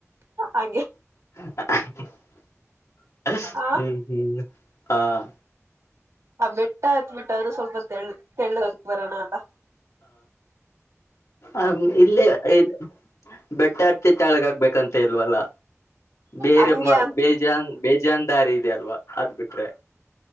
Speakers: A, on the right (about 80°); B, on the left (about 80°).
A: ಹ ಹಂಗೆ
B: <unintelligible> ಅನ್ಸ್
A: ಆ
B: ಹ್ಮ್ ಹ್ಮ್ ಹಾಂ
A: ಆ ಬೆಟ್ಟ ಹತ್ಬಿಟ್ಟಾದ್ರು ಸ್ವಲ್ಪ ತೆಳ್ ತೆಳ್ಳುಗಾಗ್ ಬರಣ ಅಲ್ಲಾ?
B: ಆಂ ಇಲ್ಲೇ ಇ ಬೆಟ್ಟ ಹತ್ತಿ ತೆಳ್ಳುಗ್ ಆಗ್ಬೇಕಂತ ಇಲ್ವಲ್ಲ. ಬೇರೆ
A: ಹಂಗೆ
B: ಮ
A: ಅಂತ
B: ಬೇಜಾನ್ ಬೇಜಾನ್ ದಾರಿ ಇದ್ಯಲ್ವಾ ಅದ್ ಬಿಟ್ರೆ.